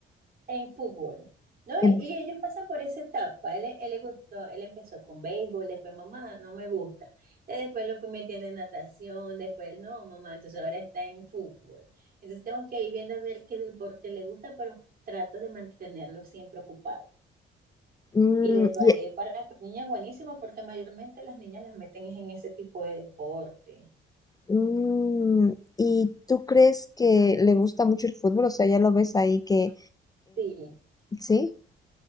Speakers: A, on the right; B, on the left.
A: en fútbol, ¿no?
B: En-
A: Y, y ellos pasan por esa etapa. Él, él le gustó, él empezó con béisbol, después mamá, no me gusta. Y después lo fui metiendo en natación, después no, mamá, entonces ahora está en fútbol. Entonces tengo que ir viendo a ver qué deporte le gusta, pero trato de mantenerlo siempre ocupado.
B: mm,
A: Y el ballet
B: y,
A: para las niñas es buenísimo porque mayormente las niñas las meten en ese tipo de deporte.
B: mm, ¿y tú crees que le gusta mucho el fútbol? O sea, ya lo ves ahí que,
A: Sí.
B: ¿sí?